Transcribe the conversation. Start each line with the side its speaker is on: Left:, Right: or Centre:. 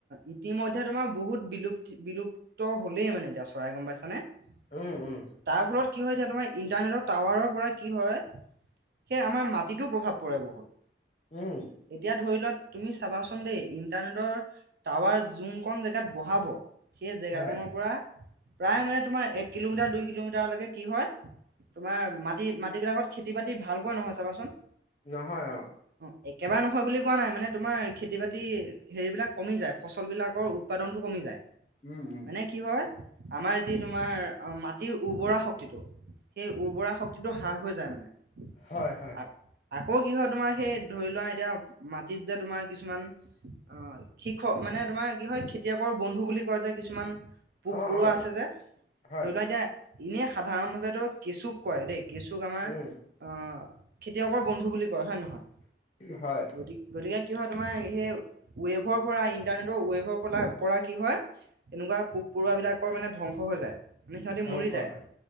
Right: ইতিমধ্যে তোমাৰ বহুত বিলুপ্তি বিলুপ্ত হ'লেই মানে এতিয়া চৰাই গম পাইছানে। তাৰ
Left: উম উম
Right: ফলত কি হ'য়, এতিয়া তোমাৰ ইন্টাৰনেটৰ টাৱাৰৰ পৰা কি হয়। সেই আমাৰ মাটিতো প্ৰভাৱ পৰে বহুত।
Left: উম,
Right: এতিয়া ধৰিলোৱা তুমি চাবাচোন দেই ইণ্টাৰনেটৰ। টাৱাৰ যোন কন জেগাত বহাব সেই জেগা
Left: হয়
Right: কনৰ পৰা প্ৰায় মানে তোমাৰ এক কিলোমিটাৰ, দুই কিলোমিটাৰলৈকে কি হয়। তোমাৰ মাটি, মাটিবিলাকত খেতি বাতি ভালকৈ নহয় চাবাচোন।
Left: নহয়, অ,
Right: অ, একেবাৰে নহয় বুলি কোৱা নাই। মানে তোমাৰ খেতি বাতি হেৰি বিলাক কমি যায়। ফচল বিলাকৰ উৎপাদনটো কমি যায়।
Left: উম উম
Right: মানে কি হয় আমাৰ যি তোমাৰ মাটিৰ উৰ্বৰা শক্তিটো সেই উৰ্বৰা শক্তিটো হ্ৰাস হৈ যায় মানে।
Left: হয়, হয়।
Right: আ- আকৌ কি হয়, তোমাৰ সেই ধৰি লোৱা এতিয়া মাটিত যে তোমাৰ কিছুমান অ, শিখ মানে তোমাৰ কি হ'য়। খেতিয়কৰ বন্ধু বুলি কয় যে কিছুমান।
Left: অ'
Right: কপৰুৱা
Left: অ'
Right: আছে যে
Left: হয়
Right: ধৰি লোৱা এতিয়া। এনেই সাধাৰণ ভাৱ তো কেঁচুক কয় দেই কেঁচুক আমাৰ।
Left: উম,
Right: অ, খেতিয়কৰ বন্ধু বুলি কয় হয়ে নহয়
Left: হয়
Right: গতিকে। গতিকে কি হয় তোমাৰ সেই ৱেভৰ পৰা ইণ্টাৰনেটৰ ৱেভৰ পৰা। পৰা কি হয়, এনেকুৱা পোক পৰুৱা বিলাকৰ মানে ধ্বংস। হৈ যায় মানে সিহঁতি
Left: ধ্বংস
Right: মৰি যায়
Left: হয়,